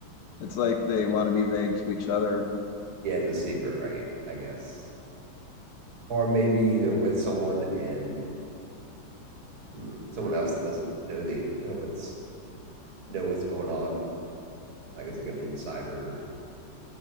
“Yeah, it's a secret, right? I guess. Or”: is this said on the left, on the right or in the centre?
Right